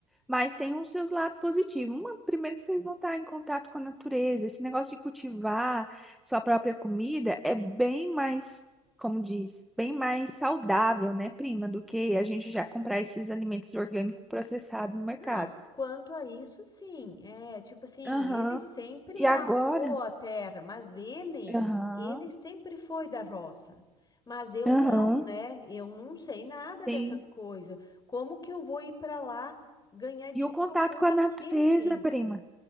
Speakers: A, in the centre; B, on the left (about 25°).
A: Mas tem os seus lados positivos. Uma, primeiro que vocês vão estar em contato com a natureza. Esse negócio de cultivar sua própria comida é bem mais, como diz, bem mais saudável, né, prima, do que a gente já comprar esses alimentos orgânicos processados no mercado.
B: Não, quanto a isso, sim. É, tipo assim,
A: Aham.
B: ele sempre
A: E agora?
B: amou a terra, mas ele,
A: Aham.
B: ele sempre foi da roça. Mas eu
A: Aham.
B: não, né? Eu não sei nada
A: Tem.
B: dessas coisas. Como que eu vou ir para lá ganhar dinheiro
A: E o contato
B: com
A: com
B: o
A: a natureza,
B: quê, gente?
A: prima.